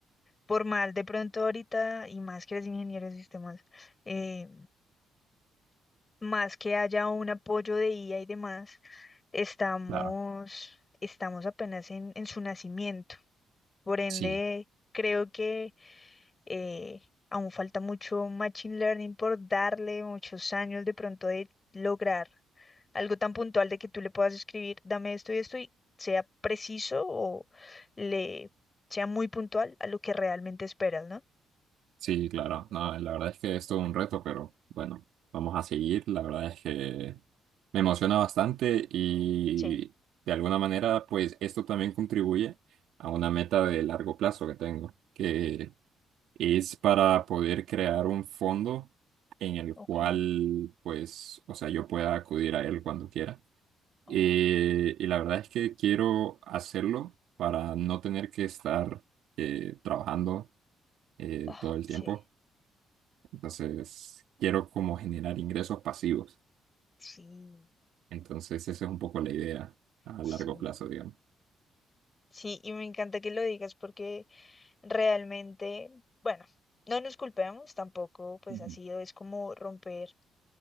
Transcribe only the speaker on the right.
Claro.
Sí.
Sí, claro. No, la verdad es que es todo un reto, pero bueno, vamos a seguir. La verdad es que me emociona bastante y
de alguna manera, pues esto también contribuye a una meta de largo plazo que tengo, que es para poder crear un fondo en el
cual, pues, o sea, yo pueda acudir a él cuando quiera.
Eh, y la verdad es que quiero hacerlo para no tener que estar eh, trabajando eh,
todo el
tiempo entonces, quiero como generar ingresos pasivos.
Entonces, esa es un poco la idea a
largo plazo, digamos.
Ujú.